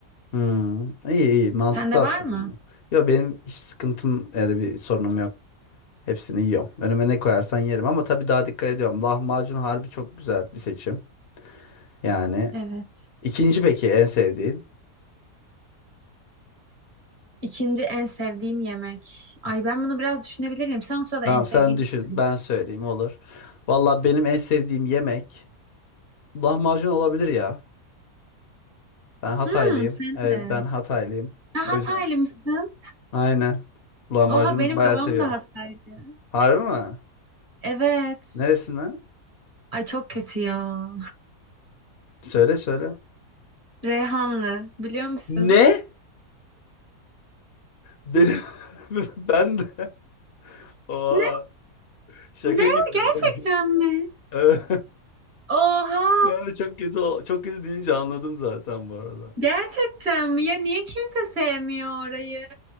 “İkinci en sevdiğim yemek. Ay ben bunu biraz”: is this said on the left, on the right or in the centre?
Right